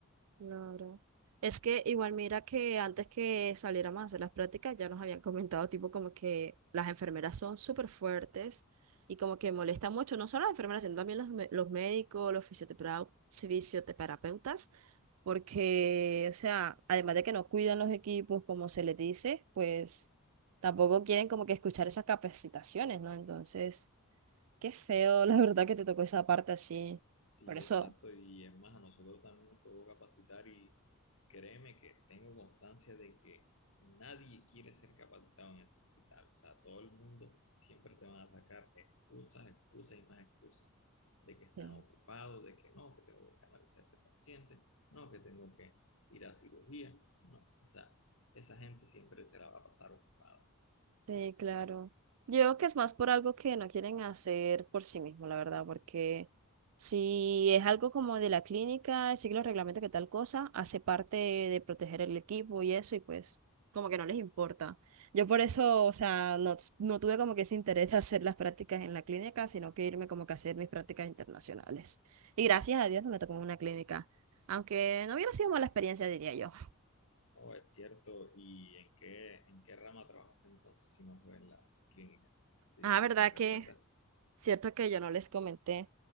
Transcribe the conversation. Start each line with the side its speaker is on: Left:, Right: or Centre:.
Right: Claro. Es que igual mira que antes que saliéramos a hacer las prácticas ya nos habían comentado tipo como que las enfermeras son súper fuertes y como que molesta mucho, no solo las enfermeras, sino también los, me- los médicos, los fisiotera- fisioterapeutas, porque, o sea, además de que no cuidan los equipos como se les dice, pues tampoco quieren como que escuchar esas capacitaciones, ¿no? Entonces, qué feo, <laughs> la verdad que te tocó esa parte así.
Left: Sí,
Right: Por eso...
Left: exacto. Y es más, a nosotros también nos tocó capacitar y créeme que tengo constancia de que nadie quiere ser capacitado en ese hospital. O sea, todo el mundo siempre te van a sacar excusas, excusas y más excusas de que están
Right: Sí.
Left: ocupados, de que no, que tengo que canalizar a este paciente, no, que tengo que ir a cirugía. No, o sea, esa gente siempre se la va a pasar ocupada.
Right: Sí, claro. Yo creo que es más por algo que no quieren hacer por sí mismo, la verdad, porque si es algo como de la clínica, sigue los reglamentos que tal cosa, hace parte de proteger el equipo y eso, y pues como que no les importa. Yo por eso, o sea, no, no tuve como que ese interés de hacer las prácticas en la clínica, sino que irme como que a hacer mis prácticas internacionales. Y gracias a Dios no me tocó en una clínica, aunque no hubiera sido mala experiencia, diría yo.
Left: Oh, es cierto. ¿Y en qué, en qué rama trabajaste entonces si no fue en la clínica? Si,
Right: Ah, ¿verdad
Left: si me recuerdas.
Right: que... Cierto que yo no les comenté.